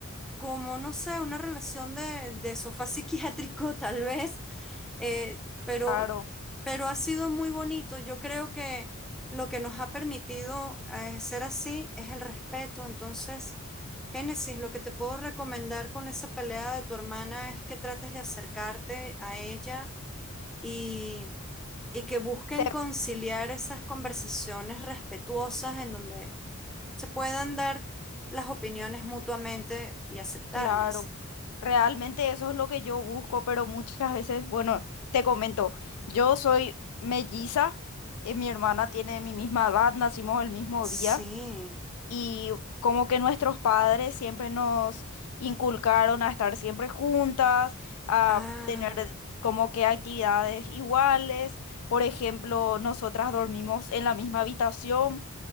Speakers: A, in the centre; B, on the left (about 85°).
A: como, no sé, una relación de, de sofá psiquiátrico <laughs> tal vez, eh, pero,
B: claro.
A: pero ha sido muy bonito. Yo creo que lo que nos ha permitido eh, ser así es el respeto. Entonces, Génesis, lo que te puedo recomendar con esa pelea de tu hermana es que trates de acercarte a ella y, y que busquen
B: Te-
A: conciliar esas conversaciones respetuosas en donde se puedan dar las opiniones mutuamente y aceptarlas.
B: Claro. Realmente eso es lo que yo busco, pero muchas veces, bueno, te comento, yo soy melliza, eh, mi hermana tiene mi misma edad, nacimos el mismo día
A: Sí.
B: y como que nuestros padres siempre nos inculcaron a estar siempre juntas, a
A: Ah,
B: tener como que actividades iguales, por ejemplo, nosotras dormimos en la misma habitación.